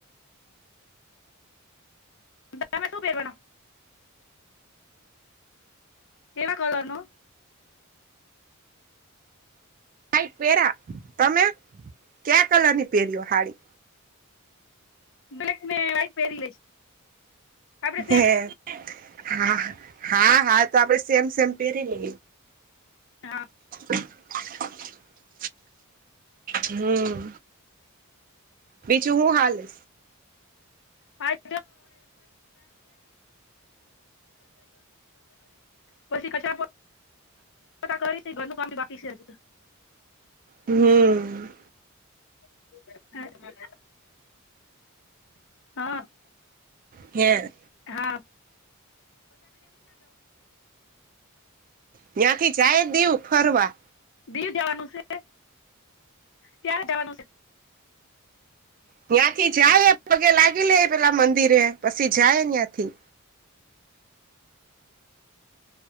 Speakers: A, on the left; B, on the right.
A: તમે શું પહેરવાના? એવા કલરનું?
B: લાઈટ પેરા તમે ક્યા કલર ની પેરીઓ હાડી‌?
A: બ્લેક ને વ્હાઈટ પહેરી લઈ છે આપડે સેમ.
B: હે હા હા હા તો આપડે સેમ સેમ પેરી લે.
A: હા.
B: <unintelligible> હમ્મ બીજું હું હાલ હ.
A: <unintelligible> પછી કચા ઘરનું કામ બાકી છે આજ.
B: હમ
A: <unintelligible> હા.
B: હે.
A: હ. <unintelligible>
B: ત્યાંથી જાય દેવું ફરવા.
A: દીવ જવાનું છે ત્યાં જવાનું છે.
B: ત્યાંથી જાય પગે લાગી લે પેલા મંદિરે પછી જાય અયાંથી.